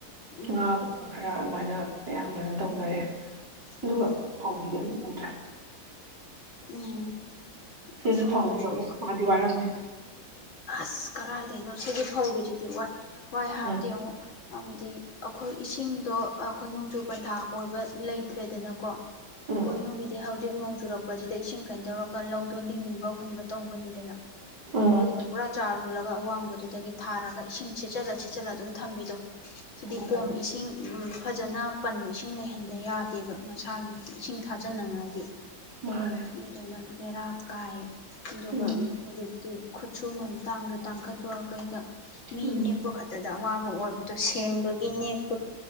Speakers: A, on the left; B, on the right.
A: ꯎꯝ
B: ꯉꯥꯒꯨꯝꯕ ꯈꯔ ꯃꯥꯏꯅ ꯑꯌꯥꯝꯕꯅ ꯇꯧꯅꯔꯑꯦ
A: ꯎꯝ
B: ꯑꯗꯨꯒ
A: ꯎꯝ
B: ꯐꯥꯎꯒꯤꯗꯤ ꯑꯝꯇ ꯎꯗ꯭ꯔꯦ
A: ꯎꯝ
B: ꯁꯤꯅ
A: ꯑꯃꯔꯣꯝꯗ
B: ꯐꯧꯁꯨꯕ ꯋꯥꯗꯤ ꯋꯥꯔꯝꯅꯤ
A: ꯑꯁ ꯀꯗꯥꯥꯏꯗꯩꯅꯣ ꯁꯤꯒꯤ ꯐꯧꯒꯤꯁꯤꯗꯤ ꯋꯥꯏ ꯋꯥꯏ ꯍꯥꯏꯕꯗꯤ
B: ꯎꯝ
A: ꯑꯃꯨꯛ ꯑꯃꯗꯤ ꯑꯩꯈꯣꯏ ꯏꯁꯤꯡꯗꯣ ꯑꯩꯈꯣꯏ ꯅꯣꯡꯖꯨ ꯄꯟꯊꯥ ꯑꯣꯏꯕ ꯂꯩꯇ꯭ꯔꯦꯗꯅꯀꯣ
B: ꯎꯝ
A: ꯄꯣꯏꯅꯣꯒꯤꯗꯤ ꯍꯧꯖꯤꯛ ꯇꯤꯛ ꯅꯣꯡ ꯆꯨꯔꯛꯄꯁꯤꯗ ꯏꯁꯤꯡ ꯀꯩꯅ ꯇꯧꯔꯒ ꯂꯧꯗꯣ ꯂꯤꯡꯕ ꯍꯨꯟꯕ ꯇꯧꯕꯅꯤ
B: ꯎꯝ
A: ꯑꯩꯈꯣꯏꯒꯤꯅ ꯆꯥꯔ ꯍꯨꯜꯂꯒ ꯑꯋꯥꯡꯕꯗꯨꯗꯒꯤ ꯊꯥꯔꯒ ꯏꯁꯤꯡ ꯁꯤꯠꯆꯂ ꯁꯤꯠꯆꯜꯂ ꯑꯗꯨꯝ ꯊꯝꯕꯤꯗꯣ ꯁꯤꯗꯤ
B: ꯎꯝ
A: ꯀꯣꯝ
B: ꯎꯝ
A: ꯏꯁꯤꯡ ꯎꯝ ꯐꯖꯅ ꯄꯟ ꯏꯁꯤꯡ ꯂꯩꯍꯟꯗꯦ ꯌꯥꯗꯦꯕ ꯃꯁꯥꯒꯤ ꯏꯁꯤꯡ ꯊꯥꯖꯅꯉꯥꯏꯒꯤ
B: ꯃꯥꯅꯦ
A: ꯑꯗꯨꯗꯅ ꯕꯦꯔꯥ ꯀꯥꯏꯌꯦ ꯑꯗꯨꯒ
B: ꯎꯝ
A: ꯍꯧꯖꯤꯛ ꯈꯨꯠ ꯁꯨꯃꯟ ꯇꯥꯡꯗ ꯇꯥꯡꯈꯠꯄ ꯀꯩꯒ ꯃꯤ
B: ꯎꯝ
A: ꯅꯦꯛꯄ ꯈꯛꯇꯗ ꯑꯋꯥꯕ ꯑꯣꯏꯕꯗꯣ ꯁꯦꯡꯕꯒꯤ ꯅꯦꯛ <unintelligible>